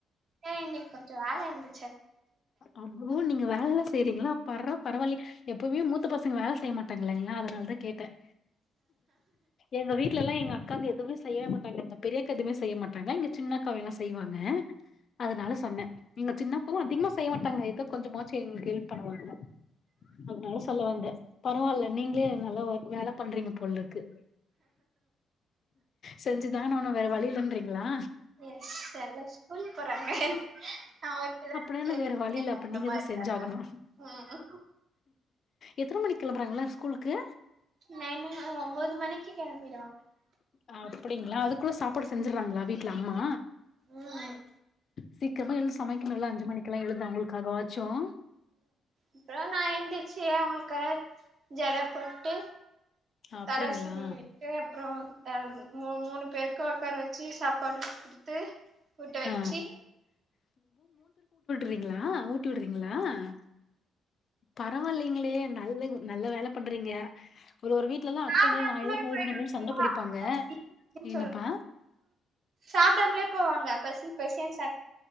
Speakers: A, on the right (about 60°); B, on the left (about 55°).
A: ஏ இன்னைக்கு கொஞ்சோ வேல இருந்து
B: அம்மு நீங்க வேலெல்லா செய்றீங்ளா பர்றப் பரவால்லியே எப்பவுமே மூத்த பசங்க வேல செய்ய மாட் ங்களா அதனாலதா கேட்டேன் எங்க வீட்லெல்லா எங்க அக்காங்க எதுவுமே செய்ய மாட்டாங்க இந்த பெரியக்கா எதுமே செய்ய மாட்டாங்க எங்க சின்னாக்கா வேனா செய்வாங்க அதனால சொன்ன நீங்க சின்னப்பு அதிகமா செய்ய மாட்டாங்க எதோ கொஞ்சமாச்சும் எங்களுக்கு ஹெல்ப் பண்ணுவாங்க அதனால சொல்ல வந்த பரவால்ல நீங்ளே நல்லா ஒர் வேலப் பண்றீங்க போல இருக்கு செஞ்ச் சிதான ஆவ்னும் வேற வழில்லன்றீங்ளா
A: எஸ் எல்லா ஸ்கூல் போறாங்க நா ஒருத்திதா வீட்ல
B: இல்லனா
A: இருக்கே
B: வேற வழியில்ல
A: தண்டமா
B: அப்ப நீங்கதான்
A: இருக்கு
B: செஞ்சாகணும்
A: அதனால ம்
B: எத்தன மணிக் கெளம்புறாங்க ளா ஸ்கூல்க்கு
A: நைனு ஆஹ் ஒம்போது மணிக்கி கெளம்பி
B: ஆஹ் அப்புடிங்களா அதுக்குள்ள சாப் செஞ்சிட்றாங்களா வீட்ல அம்மா
A: ம்
B: சீக் க்கரமா எழுந் சமெக்கணுல்ல அஞ்சு மணிக்கெல்லா எழுதா அவங்களுக்காக வாச்சும்
A: அப்புறோ நா எந்திர்ச்சி அவங்களுக் யாராவ்து ஜட போட்டு
B: அப்டிங்களா?
A: தலசீவி விட்டு அப்றோம் ஆஹ்ம் மூண் மூணு பேருக்கா ஒக்கார வச்சி சாப் பாடு குடுத்து ஊட்ட வெச்சி
B: ஆ றீங்களா ஊட்டி உடுறீங்களா ஆஹ் பரவால்லிங்களே நல்லது நல்ல வேலப் பண்றீங்க ஒரு ஒரு வீட்லெல்லா அக்காங்கள்
A: சாப்டாமலே
B: நா எதுக்
A: போயிடுவாங்களா
B: <unintelligible> அப்டின் சண்டப் புடிப்பாங்க
A: பசின்னு
B: என்னெப்பா
A: சாப்டாம்லே போவாங்க பசி பசியன்ஸ்